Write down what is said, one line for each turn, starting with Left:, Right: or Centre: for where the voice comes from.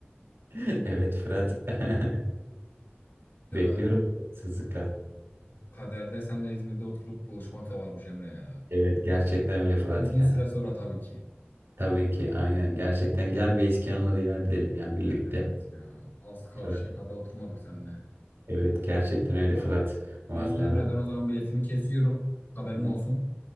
Right: <laughs> Evet Fırat. <laughs>
Left: Ya
Right: Bekliyorum sabırsızlıkla.
Left: kaderde senle İzmir'de oturup buluşmak da varmış Emre ya.
Right: Evet gerçekten öyle Fırat
Left: Uzun
Right: ya.
Left: süre sonra tabii ki.
Right: Tabii ki aynen. Gerçekten gel ve eski anıları yad edelim ya birlikte.
Left: Evet evet ya. Az karşıya
Right: Fırat.
Left: kadar oturmadık seninle.
Right: Evet gerçekten öyle Fırat. Vallahi.
Left: Neyse Emre ben o zaman biletimi kesiyorum. Haberin
Right: Tamam,
Left: olsun.